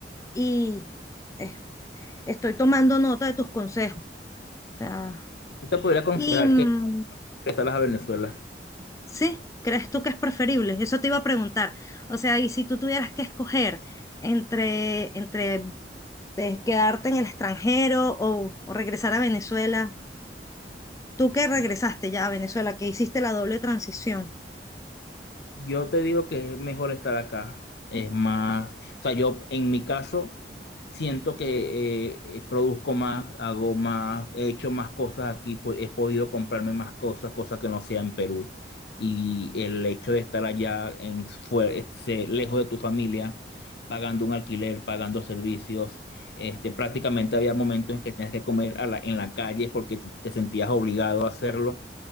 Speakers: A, on the left; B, on the left.
A: y eh, estoy tomando nota de tus consejos. o sea,
B: Yo te podría aconsejar
A: y, mm,
B: que regresaras a Venezuela.
A: Sí, ¿crees tú que es preferible? Eso te iba a preguntar. O sea, y si tú tuvieras que escoger entre, entre eh, quedarte en el extranjero o, o regresar a Venezuela, tú que regresaste
B: Yo,
A: ya a Venezuela, que hiciste la doble transición,
B: yo te digo que es mejor estar acá. Es más, o sea, yo en mi caso siento que eh, eh, produzco más, hago más, he hecho más cosas aquí, po- he podido comprarme más cosas, cosas que no sea en Perú. Y el hecho de estar allá en, fue- este, lejos de tu familia, pagando un alquiler, pagando servicios. Este, prácticamente había momentos en que tenías que comer a la- en la calle porque te te sentías obligado a hacerlo.